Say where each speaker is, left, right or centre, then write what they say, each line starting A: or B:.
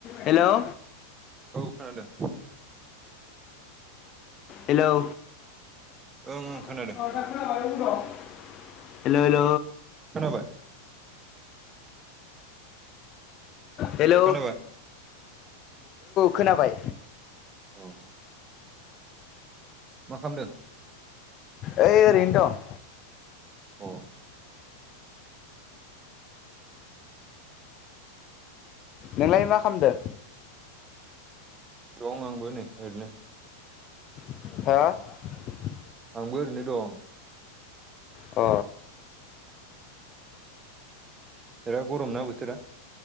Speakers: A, on the left; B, on the right.
A: Hello
B: औ खोनादों
A: hello
B: ओं ओं खोनादों
A: <inaudible> हेल' हेल'
B: खोनाबाय
A: हेल' औ
B: खोनाबाय
A: खोनाबाय
B: अ मा खालामदों
A: ओइ ओरैनो दं।
B: अ
A: नोंलाय मा खालामदो?
B: दं आबोनि एरनो
A: ह
B: आंबो ओरैनो दं
A: अ
B: बिराद गरम ना बोथोरा